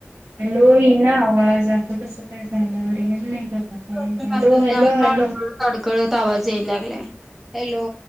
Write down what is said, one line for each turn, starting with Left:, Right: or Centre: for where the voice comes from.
Right: Hello यी ना आवाज, असं कसं काय झालं, रेंज नाही. का काय
Centre: प्रॉब्लेम
Right: हॅलो
Centre: असतील
Right: हॅलो
Centre: त्यामुळं
Right: हॅलो
Centre: अडकळत, अडकळत आवाज याय लागलाय. हॅलो.